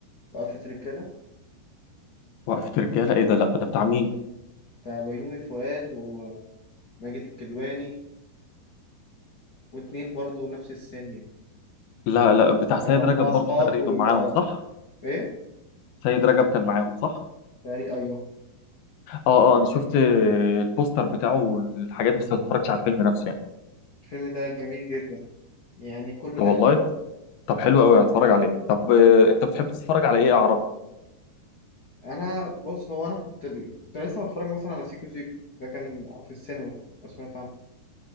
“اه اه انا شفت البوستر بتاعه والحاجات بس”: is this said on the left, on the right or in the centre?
Left